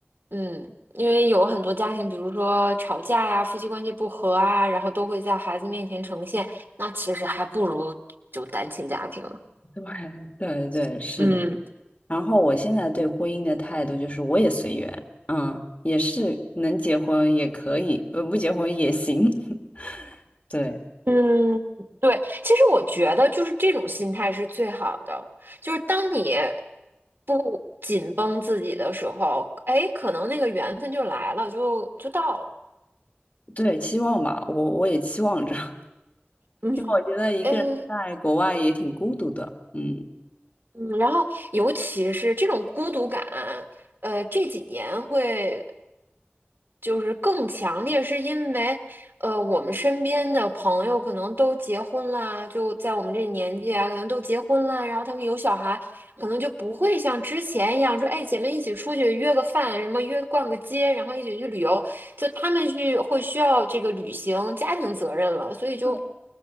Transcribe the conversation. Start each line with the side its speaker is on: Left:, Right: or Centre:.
Right: 嗯，因为有很多家庭，比如说吵架呀、夫妻关系不和啊，然后都会在孩子面前呈现，那其实还不如就单亲家庭了。
Left: <laughs> 对对对，是的，
Right: 嗯。
Left: 然后我现在对婚姻的态度就是，我也随缘，嗯，也是能结婚也可以，呃，不结婚也行。<laughs> 对
Right: 嗯，对，其实我觉得就是这种心态是最好的，就是当你不紧绷自己的时候，哎，可能那个缘分就来了，就就到了。
Left: 对，期望吧，我我也期望着，<laughs>
Right: 嗯
Left: 因为我觉得一个人在国外也挺孤独的，
Right: 嗯
Left: 嗯，
Right: 嗯，然后尤其是这种孤独感，呃，这几年会就是更强烈，是因为呃，我们身边的朋友可能都结婚啦，就在我们这年纪啊，可能都结婚啦，然后他们有小孩，可能就不会像之前一样说，哎，姐妹一起出去约个饭，什么约逛个街，然后一起去旅游，就他们去会需要这个履行家庭责任了，所以就。
Left: 对，